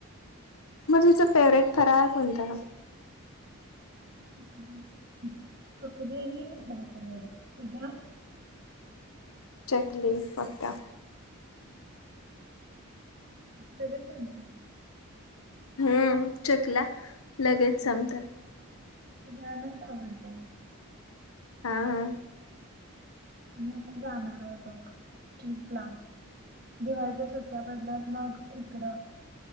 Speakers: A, on the left; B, on the right.
A: मगं तिचा फेवरेट फराळ कोणत आहे?
B: चकली आणि भाकरवडी आणि. तुजा?
A: चकली पक्का
B: लगेच सपतयं ते
A: हम्म चकल्या लगेच संपतात.
B: सगळ्यांनाच आवडतात.
A: हा हा.
B: मी तर जाणार आहे बघं <inaudible> दिवाळीच्या सुट्ट्या बदलात मगं इकडं.